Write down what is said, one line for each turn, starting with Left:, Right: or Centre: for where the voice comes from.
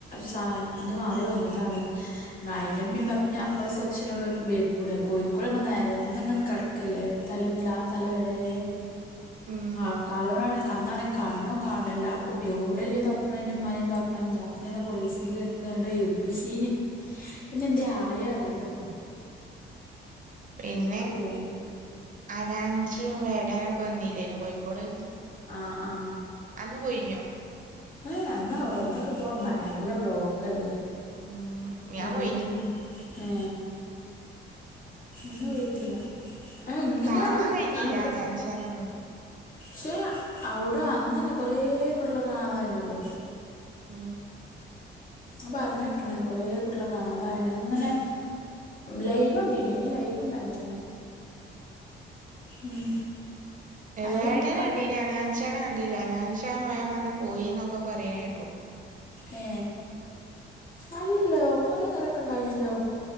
Left: സാൻ മാറി വന്നതാണ് അതിന്റെ ഉമ്മി ബാപ്പിഞ്ഞ. അപ്പറെ സെക്ഷന് ഇവിടെ ബേപ്പൂരി കോഴിക്കോട് നേരന്ന് ഇങ്ങനെ കിടക്കല്ലേ തല മുതൽ ആ തല വരെ.
Right: ഉം
Left: ആൾക്കാരോണ്ടാണേ അന്നാണെ കണ്ണും കാണ്ണില്ല ആ കുട്ട് എവിടെല്ലിയ തപ്പ്ണെ അയ്ന്റെ ഇമ്മാനിം ബാപ്പാനിം ലാസ്റ്റ് ഞാ പോലീസിന്റെ അട്ത്തണ്ട് ഏ പ്പിഷീന് പിന്നെ എന്ത് ആയെ അറില ട്ടോ.
Right: പിന്നെ
Left: പോന്ന്
Right: അനാഞ്ചിയും വേടാനും. വന്നില്ലേനെ കോഴിക്കോട്
Left: ആ ആ
Right: അന്ന് പോയിനോ.
Left: ഏഹ് അന്ന് ഒന്നൊക്കെ പോവാൻ ഭയക്കര ബ്ലോക്കല്ലേ.
Right: ഉം ഞാൻ
Left: എങ്ങനെ
Right: പോയിനി
Left: പി, ഏ അന്നും പോയിട്ടില്ല. ആ എങ്ങനെണ്
Right: കാണാൻ
Left: നിക്കാനൊക്കെ
Right: കഴിഞ്ഞില്ല അനാൻചാനൊന്നും
Left: സ് ക്ഷെ അവിടെ അന്നന്നെ കൊറെ കുട്ടിയളെ കാണാതായിണല്ലോ.
Right: ആ
Left: അ പറഞ്ഞ് കേട്ട്ണ്. കൊറെ കുട്ടിളെ കാണാതായി ങ്. അങ്ങനെ ലൈവ് കണ്ടിനി അയിന് ലൈവ് ഉണ്ടായിനല്ലോ. ഉം അയിലിങ്ങനെ
Right: വേടനങ്ങിനി
Left: പറയണ്
Right: ഹനാൻഷനെ ക ഇല്ല നാൻഷാ വേം വന്ന് പോയിന്നൊക്കെ പറയണേട്ടു.
Left: ഏ അല്ലല്ലോ കൊറെ നേരക്കെ ഉണ്ടായിനല്ലോ.